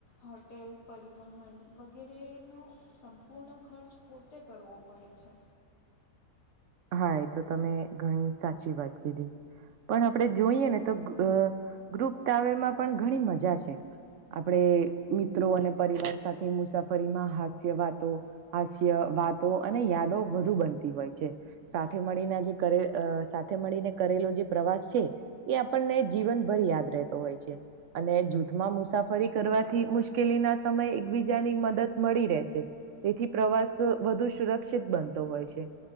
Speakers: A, on the left; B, on the right.
A: હોટેલ. પરિવહન વગેરેનો સંપૂર્ણ ખર્ચ પોતે કરવો પડે છે.
B: હા એ તો તમે ઘણી સાચી વાત કીધી. પણ આપડે જોઈએ ને તો ગ્રુપ ટ્રાવેલમાં પણ ઘણી મજા છે. આપણે મિત્રો અને પરિવાર સાથે મુસાફરીમાં હાસ્ય વાતો. હાસ્ય વાતો અને યાદો વધુ બનતી હોય છે સાથે મળીને જે કરે અ સાથે મળીને કરેલો જે પ્રવાસ છે. એ આપણને જીવનભર યાદ રહેતો હોય છે. અને જૂથમાં મુસાફરી કરવાથી મુશ્કેલી ના સમયે એકબીજાની મદદ મળી રે છે. તેથી પ્રવાસ વધુ સુરક્ષિત બનતો હોય છે.